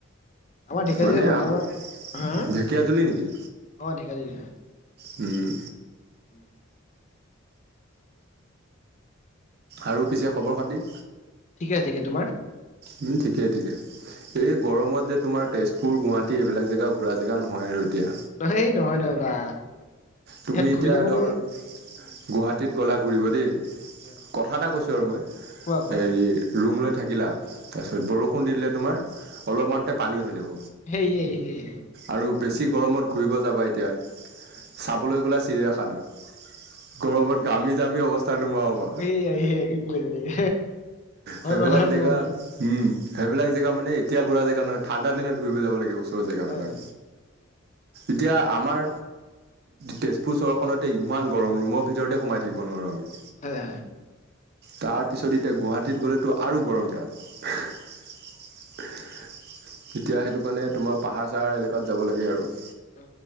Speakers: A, on the left; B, on the right.
A: আমাৰ ঢেকীয়াজুলি
B: মানে আগ
A: আমাৰ হা
B: ঢেঁকীয়াজুলি নেকি।
A: অ' ঢেকীয়াজুলি হয়।
B: উম।
A: <unintelligible>
B: আৰু পিছে খবৰ খাতি।
A: ঠিকে ঠিকে তোমাৰ।
B: উম ঠিকে ঠিকে। এই গৰমত যে তোমাৰ তেজপুৰ গুৱাহাটী এইবিলাক জেগা ঘূৰা জেগা নহয় আৰু। এতিয়া
A: হেই নহয় নহয় বা।
B: তুমি
A: ইয়াত
B: এতিয়া
A: ঘূৰিলে মানে
B: ধৰ।
A: উম,
B: গুৱাহাটীত গ'লা ঘূৰিব দেই
A: হয়
B: কথা এটা কৈছোঁ আৰু মই
A: কোৱা কোৱা
B: হেৰি। ৰুম লৈ থাকিলা তাৰপিছত বৰষুণ দি দিলে তোমাৰ।
A: উম,
B: অলপমানতে পানী হৈ যাব
A: সেই এই এই হয়।
B: আৰু। বেছি গৰমত ঘূৰিব যাবা এতিয়া।
A: হয়।
B: চাবলৈ গ'লে চিৰিয়াখানা। গৰমত ঘামি জামি অৱস্থা নোহোৱা হবা
A: এইয়া এইয়া ঠিকে কৈছা তুমি হয়
B: সেইবিলাক
A: বাৰু কথাটো
B: জেগা
A: নোহোৱা নহয়
B: উম সেইবিলাক জেগা মানে এতিয়া ঘুৰা জে। নহয় ঠাণ্ডা দিনত ঘূৰিব যাব লাগে ওচৰৰ জেগাবিলাক
A: হয়
B: এতিয়া আমাৰ। তেজপুৰ চহৰখনতে ইমান গৰম ৰুমৰ ভিতৰতে সোমাই থাকিব নোৱাৰোঁ আমি।
A: হয় হয়।
B: তাৰপিছত এতিয়া গুৱাহাটীত গ'লেতো আৰু গৰম তাত। এতিয়া সেইটো কাৰণে তোমাৰ পাহাৰ চাহাৰ এলেকাত যাব লাগে আৰু।
A: অ